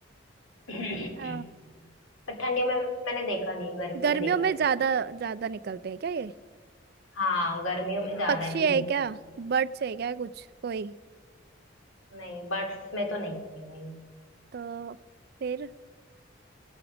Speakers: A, on the left; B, on the right.
A: हैं
B: अ,
A: <clears throat> पर ठंडियों में मैंने देखा नहीं है गर्मियों
B: गर्मियों
A: में देखा
B: में
A: है इनको
B: ज्यादा ज्यादा निकलते हैं क्या ये
A: हाँ गर्मियों में ज्यादा
B: पक्षी
A: ही
B: है
A: दिख
B: क्या बर्ड्स है क्या कुछ कोई
A: नहीं बर्ड्स में तो नहीं है भाई
B: तो फिर